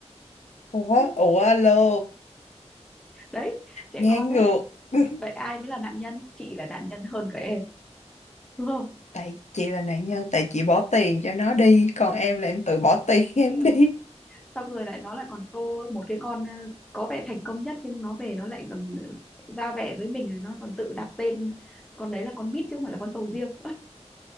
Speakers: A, on the left; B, in the centre.
A: ủa
B: <laughs>
A: ủa alo
B: đấy trẻ
A: ngang
B: con đấy
A: ngược <laughs>
B: vậy ai mới là nạn nhân chị là nạn nhân hơn cả em đúng không
A: tại chị là nạn nhân tại chị bỏ tiền cho nó đi còn em là em tự bỏ tiền <laughs> em
B: Ừ.
A: đi
B: xong rồi lại nó lại còn tô một cái con ờ, có vẻ thành công nhất nhưng nó về nó lại còn ờ, ra vẻ với mình rồi nó còn tự đặt tên con đấy là con mít chứ không phải là con sầu riêng